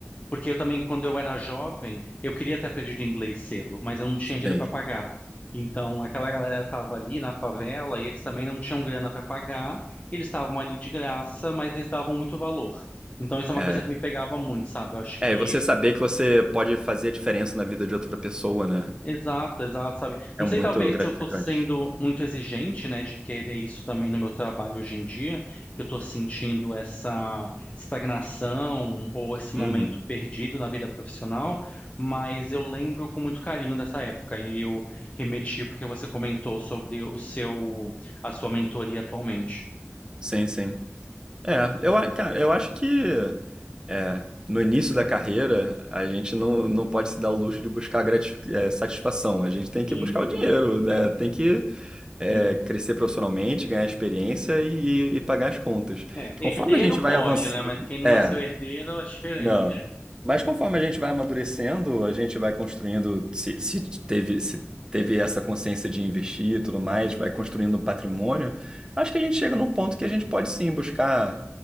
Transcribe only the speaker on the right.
Sim.
É.
É, e você saber que você pode fazer a diferença na vida de outra pessoa, né?
É,
é muito
gratificante.
Uhum.
Sim, sim. É, eu, a- cara, eu acho que é, no início da carreira a gente não, não pode se dar o luxo de buscar gratifi- é, satisfação. A gente tem que
buscar o dinheiro,
né? Tem que é,
crescer profissionalmente, ganhar experiência e, e pagar as contas.
Conforme a gente vai
avançando,
é,
Não. Mas conforme a gente vai amadurecendo, a gente vai construindo, se, se teve, se teve essa consciência de investir e tudo mais, vai construindo um patrimônio, acho que a gente chega num ponto que a gente pode sim buscar